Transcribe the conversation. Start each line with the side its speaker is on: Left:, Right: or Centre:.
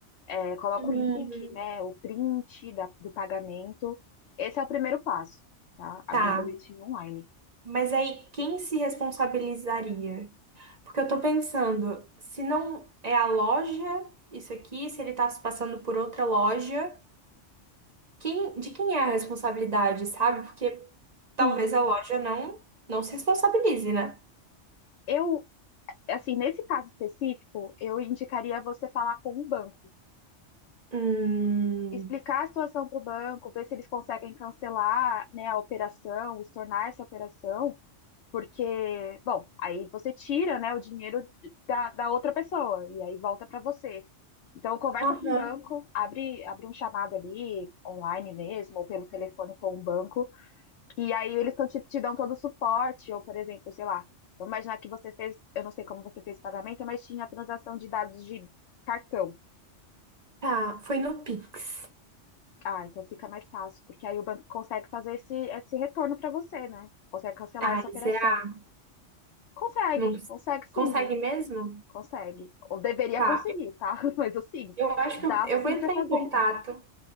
Left: é, coloca
Right: Hum,
Left: o link, né, o print da- do pagamento. Esse é o primeiro passo, tá? Abrir
Right: tá.
Left: um boletim online.
Right: Mas aí, quem se responsabilizaria? Porque eu tô pensando, se não é a loja, isso aqui, se ele tá se passando por outra loja, quem, de quem é a responsabilidade, sabe? Porque talvez
Left: Sim.
Right: a loja não, não se responsabilize, né?
Left: Eu assim, nesse caso específico, eu indicaria você falar com o banco,
Right: Hum,
Left: explicar a situação para o banco, ver se eles conseguem cancelar, né, a operação, estornar essa operação, porque, bom, aí você tira, né, o dinheiro de- da, da outra pessoa e aí volta para você. Então, conversa
Right: aham,
Left: com o banco, abre, abre um chamado ali, online mesmo, ou pelo telefone com o banco, e aí eles tão, te, te dão todo o suporte, ou por exemplo, sei lá, vamos imaginar que você fez, eu não sei como você fez o pagamento, mas tinha a transação de dados de cartão.
Right: tá, foi no Pix.
Left: Ah, então fica mais fácil, porque aí o banco consegue fazer esse, esse retorno para você, né? Consegue cancelar
Right: Ai,
Left: essa operação.
Right: será?
Left: Consegue,
Right: Não
Left: consegue sim,
Right: consegue
Left: viu?
Right: mesmo?
Left: Consegue. Ou deveria
Right: Tá,
Left: conseguir, tá? <laughs> Mas assim,
Right: eu acho
Left: dá
Right: que eu, eu
Left: sim
Right: vou entrar
Left: para fazer.
Right: em contato.